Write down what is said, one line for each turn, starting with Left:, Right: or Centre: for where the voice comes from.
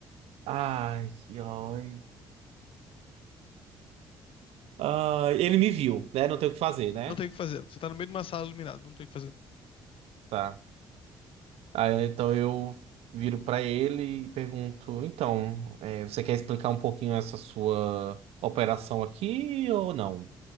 Right: Ai, que ódio. Ai, ele me viu, né? Não tem o que fazer, né?
Left: Não tem o que fazer. Você tá no meio de uma sala iluminada, não tem o que fazer.
Right: Tá. Aí, então eu viro para ele e pergunto: então, é, você quer explicar um pouquinho essa sua operação aqui ou não?